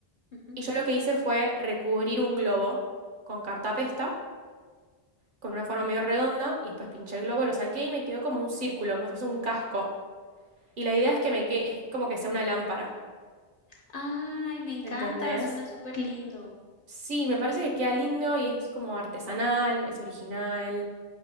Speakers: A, on the left; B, on the right.
A: ujú.
B: Y yo lo que hice fue recubrir un globo con cartapesta, con una forma medio redonda, y después pinché el globo, lo saqué y me quedó como un círculo, como si fuese un casco. Y la idea es que me que es como que sea una lámpara.
A: Ay, me encanta,
B: ¿Entendés?
A: suena súper lindo.
B: Sí, me parece que queda lindo y es como artesanal, es original.